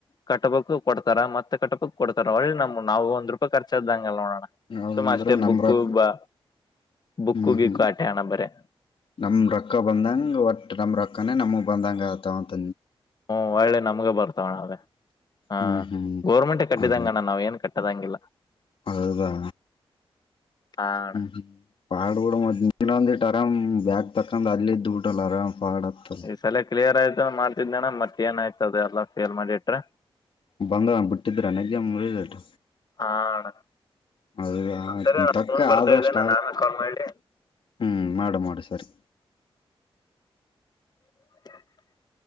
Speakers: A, on the left; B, on the left.
A: ಕಟ್ಟಬೇಕ್ಕೊ ಕೊಡ್ತಾರ ಮತ್ತೆ ಕಟ್ಟಬೇಕ್ಕೊಡ್ತಾರ ಒಳ್ಳಿ ನಮ್ ನಾವು ಒಂದ ರೂಪಾಯಿ ಖರ್ಚಾದ್ದ ನೋಡೋಣ
B: ಅವಂದ್ರ
A: ಸುಮ್ಮ ಅಷ್ಟೆ
B: ನಮ್ರಕ್
A: ಬು ಕ್ಕೂ ಬ ಬುಕ್ಕು
B: ಹ್ಮ್
A: ಗಿಕ್ಕು
B: ಹ್ಮ್
A: ಆಟೆ ಅಣ್ಣ ಬರೇ
B: ನಮ ರೊಕ್ಕ ಬಂದಂಗ ಒಟ್ಟ ನಮ ರೊಕ್ಕ ಕಣ್ಣಣ ನಮೋ ಬಂದಂಗಾತ ಅಂತ
A: ಹ್ಮ ಒಳ್ಳೆ ನಮ್ಗೆ ಬರ್ತಾವಣ ಅವೆ ಹ
B: ಹ್ಮ್ ಹ್ಮ್
A: ಗೌರ್ಮೆಂಟೆ ಕಟ್ಟಿದಂಗಣ್ಣ
B: ಹೌದು
A: ನಾವ್ ಏನ್ ಕಟ್ಟ ಅದಂಗಿಲ್ಲ
B: ಹೌದಾ
A: ಹಾ ಅಣ್ಣ
B: ಹ್ಮ್ ಪಾಡ ಬುಡು ಮತ್ತ್ ಇನೊಂದಿಟ್ಟ ಆರಾಮ್ ಬ್ಯಾಗ್ ತಕಂಡು ಅಲ್ಲಿ ಇದ್ದ ಬಿಡುಲ್ಲಾ ಆರಾಮ್ ಪಾಡ್ ಆತ್ತಲ್
A: ಈ ಸಲ ಕ್ಲಿಯರ್ ಆಯ್ತ ಮಾಡ್ತಿದ್ನಣ್ಣ ಮತ್ತ ಆನಾಯ್ತು ಅದೆಲ್ಲ ಫೇಲ್ ಮಾಡಿಟ್ರ
B: ಬಂದದ ಆಣ್ಣ ಬಿಟ್ಟಿದ್ರನು ಎಕ್ಸಾಮ್ ರಿಸಲ್ಟ್
A: ಹಾ ಅಣ್ಣ
B: ಅದು
A: ಹ ಸರಿ ನಾ
B: ತಕ್ಕ
A: ಫೋನ್ ಬರ್ತಾ
B: ಆದಷ್ಟ
A: ಇದ್ದೆ ನಾನ್ ಆಮೇ ಕಾಲ್ ಮಾಡಿ
B: ಹ್ಮ್ ಮಾಡ ಮಾಡ ಸರಿ
A: <unintelligible>